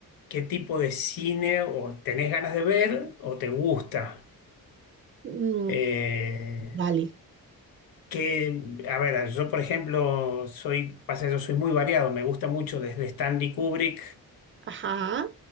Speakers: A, on the left (about 90°); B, on the right (about 35°).
A: qué tipo de cine o tenés ganas de ver o te gusta.
B: Mm,
A: Eh,
B: dale.
A: que, a ver, yo por ejemplo soy, pasa, yo soy muy variado, me gusta mucho desde Stanley Kubrick,
B: Ajá.